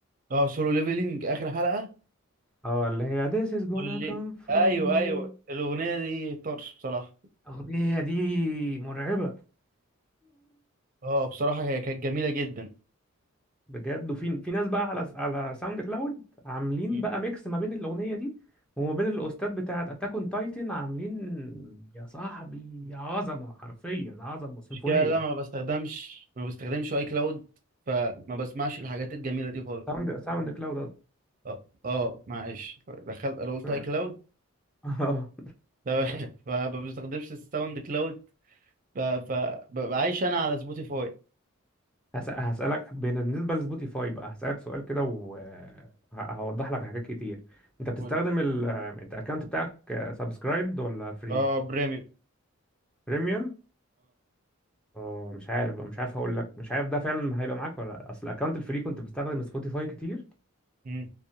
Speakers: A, on the right (about 40°); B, in the centre.
A: اه سولو ليفلينج اخر حلقة
B: اه اللي هي This is gonna
A: قول لي
B: come from
A: ايوه
B: me
A: ايوه الاغنية دي طرش بصراحة
B: الأغنية دي مرعبة
A: اه بصراحة هي كانت جميلة جدا
B: بجد وفي في ناس بقى على على ساوند كلاود عاملين
A: مم.
B: بقى ميكس ما بين الاغنيه دي وما بين الاوستات بتاعت اتاك اون تايتن عاملين يا صاحبي عظمه حرفيا عظمه سيمفونيه
A: المشكلة إن انا ما بستخدمش ما بستخدمش اي كلاود فما بسمعش الحاجات الجميلة دي خالص
B: ساوند ساوند كلاود قصدي.
A: اه اه معلش دخلت انا قلت
B: تمام
A: اي كلاود
B: <laughs> اه
A: <laughs> فما بستخدمش الساوند كلاود ف- ف- ببقى عايش انا على سبوتيفاي
B: هس- هسألك بالنسبة لسبوتيفاي بقى هسألك سؤال كده وهوضح لك حاجات كتير انت بتستخدم
A: قول.
B: ال... انت الاكونت بتاعك سبسكرايبد ولا فري
A: اه بريميوم
B: بريميوم اه مش عارف بقى مش عارف هقول لك مش عارف ده فعلا هيبقى معاك ولا لا اصل الاكونت الفري كنت بستخدم سبوتيفاي كتير
A: اه